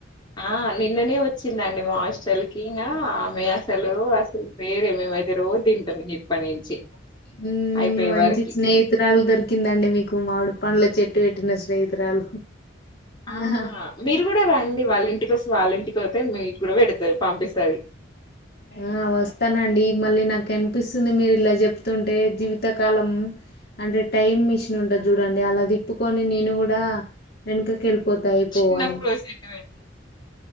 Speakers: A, on the left; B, on the left.
A: ఆ నిన్ననే వచ్చిందండి మా హాస్టల్కి ఇంగా ఆమె అసలు అసలు వేరే మేమైతే రోజు తింటాము ఇప్పటి నుంచి
B: <unintelligible>
A: అయిపోయే వరకి
B: స్నేహితురాలు దొరికిందండి మీకు మామిడి పండ్ల చెట్టు పెట్టిన స్నేహితురాలు
A: ఆ
B: ఆహా
A: మీరు కూడ రండి వాళ్ళ ఇంటికి వసం వాళ్ళ ఇంటికి పోతే మీకు కూడా పెడుతుంది పంపిస్తుంది
B: ఆ వస్తానండి మళ్ళీ నాకు కనిపిస్తుంది మీరు ఇలా చెప్తుంటే జీవితకాలం అంటే టైమ్ మిషన్ ఉంటది చూడండి అల తిప్పుకొని నేను కూడా వెనకకి వెళ్ళిపోతే అయిపోవని
A: చిన్నప్పుడు సెట్